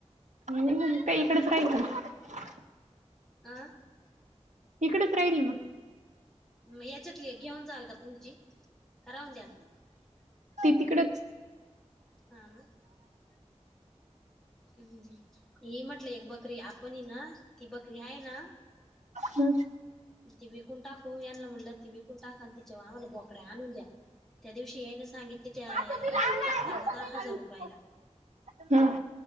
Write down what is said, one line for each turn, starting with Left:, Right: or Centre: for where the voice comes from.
Right: निम काकडेसरा यत
Centre: आं
Right: इकडेच राहिली म
Centre: मग याच्यात घेऊन जाचाल का तुमची करावून द्याल
Right: ते तिकडेच
Centre: हा ना हम्म ही म्हटलं एक बकरी आपण ना ती बकरी आहे ना
Right: हम्
Centre: ती विकून टाकू याला म्हटलं ती विकून टाका तिच्यावर आम्हाला बोकड्या आणून द्या त्या दिवशी यान सांगितली त्या
Right: आता मी लावणार
Centre: खटकाला
Right: आता
Centre: दहा
Right: मी लावीतो.
Centre: हजार रुपयाला
Right: हम्म,